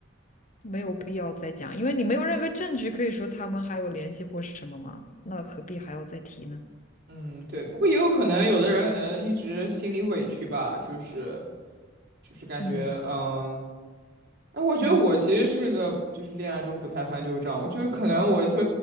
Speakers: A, on the left (about 35°); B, on the right (about 50°).
A: 没有必要再讲，因为你没有任何证据可以说他们还有联系或是什么嘛，那何必还要再提呢？
B: 嗯，对，不过也有可能有的人可能一直心里委屈吧，就是就是感觉嗯。
A: 嗯
B: 哎，我觉得我其实是个就是恋爱中不太翻旧账，
A: 嗯
B: 我就是可能我就